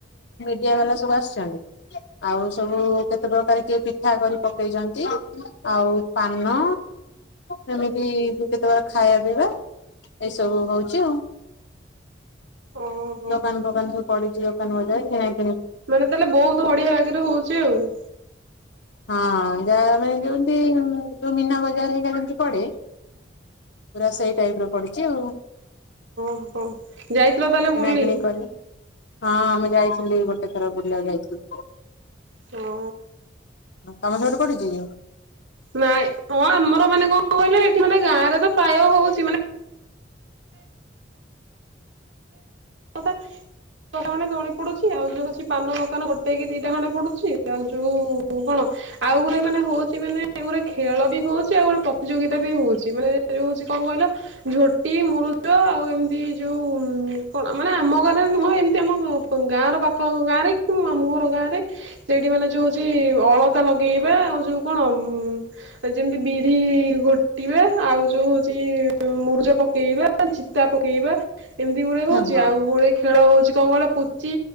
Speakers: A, on the left; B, on the right.
A: ମିଡ଼ିଆ ବାଲା ସବୁ ଆସିଛନ୍ତି ଆଉ ସବୁ କେତେ ପ୍ରକାର କିଏ ପିଠା କରି ପକେଇଛନ୍ତି ଆଉ ପାନ ସେମିତି କେତେବେଳେ ଖାଇବା ପିଇବା ଏସବୁ ହଉଛି ଆଉ।
B: ଓହୋ
A: ଦୋକାନ ଫୋକାନ ସବୁ ପଡ଼ିଛି, ଦୋକାନ ବଜାର, କିଣାକିଣି
B: ମାନେ ତାହେଲେ ବହୁତ ବଢ଼ିଆ ବାଗରେ ହଉଛି ଆଉ
A: ହଁ ଯା ମାନେ ଯେମତି ଯୋଉ ମୀନା ବଜାର ହେରିକା ଯେମତି ପଡ଼େ ପୁରା ସେଇ ଟାଇପ ର ପଡ଼ିଛି ଆଉ
B: ହଁ ଯାଇଥିଲ ତାହେଲେ
A: କିଣା
B: ବୁଲି?
A: କିିଣି କରି ହଁ ମୁଁ ଯାଇଥିଲି କେତେଥର ବୁଲିବାକୁ ଯାଇଥିଲି।
B: ହଁ
A: ତମ ସେପଟେ ପଡିି଼ଛି କି?
B: ନାଇଁ ହଁ ଆମର ମାନେ କଣ କହିଲ ଏଠି ମାନେ ଗାଁ ରେ ତ ପ୍ରାୟ ହଉଛି ମାନେ ହଁ ପା ଖଣ୍ଡେ ଦୋଳି ପଡ଼ୁଛି ଆଉ ଯୋଉ ଅଛି ପାନ ଦୋକାନ ଗୋଟେ କି ଦିଟା ଖଣ୍ଡେ ପଡ଼ୁଛି ଆଉ ଯୋଉ କଣ ଆଉ ଗୋଟେ ମାନେ ହଉଛି ମାନେ ଗୋଲେ ଖେଳ ବି ହଉଛି ଆଉ ଗୋଟେ ପ୍ରତିଯୋଗିତା ବି ହଉଛି ମାନେ ଯୋଉ ସେ କଣ କହିଲ ଝୋଟି ମୁରୁଜ ଆଉ ଏମିତି ଯୋଉ କଣ ମାନେ ଆମ ଗାଁରେ ନୁହଁ ଏମିତି ଆମ ଗାଁର ପାଖ ଆଖ ଗାଁ ରେ କି ମାମୁଁ ଘର ଗାଁ ରେ ସେଇଠି ମାନେ ଯୋଉ ହଉଛି ଅଳତା ଲଗେଇବା ଆଉ ଯୋଉ କଣ ଅ ଯେମିତି ବିରି ଘୋଟିବେ ଆଉ ଯୋଉ ଜି ମୁରୁଜ ପକେଇବା ଚିତା ପକେଇବା ଏମିତି ଗୁଡ଼ାଏ
A: ହଁ
B: ହଉଛି
A: ହଁ
B: ଗୁଡ଼ାଏ ଖେଳ ହଉଛି କଣ କହିଲ ପୁଚି,